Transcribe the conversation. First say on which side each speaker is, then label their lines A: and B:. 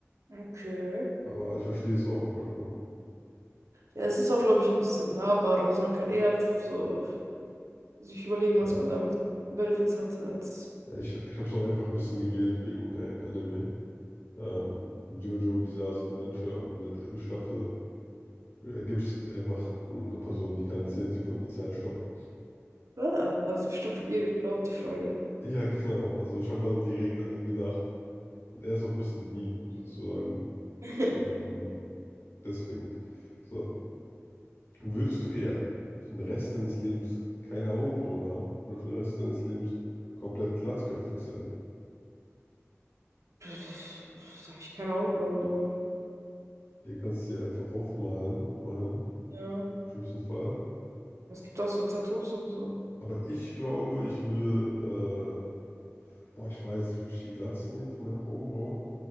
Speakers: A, on the right; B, on the left.
A: okay.
B: Aber ich verstehe es auch vollkommen.
A: Ja, es ist auch, glaube ich, ein bisschen nahbarer. Also, man kann eher so sich überlegen,
B: Ja,
A: was man damit für Benefits hat, als.
B: ich, ich habe es auch einfach ein bisschen gewählt wegen ein Anime. Ähm, Jojo Bizarre's Adventure und in der dritten Staffel äh, gibt es einfach eine Person, die kann 10 Sekunden die Zeit stoppen.
A: Ah, haben sie bestimmt von ihr geklaut, die Frage.
B: Ja, genau. Also ich habe mal direkt an ihn gedacht. Und er ist auch ein bisschen ein Meme, sozusagen.
A: <laughs>
B: Ähm, deswegen. So. Würdest du eher für den Rest deines Lebens keine Augenbrauen haben oder für den Rest deines Lebens komplett glatzköpfig sein?
A: Da habe ich keine Augenbrauen lieber.
B: Hier kannst du sie einfach aufmalen, immerhin, im
A: Ja.
B: schlimmsten Fall.
A: Es gibt auch so Tattoos und so.
B: Aber ich glaube, ich würde, äh, boah, ich weiß, ich würde die Glatze nehmen für meine Augenbrauen.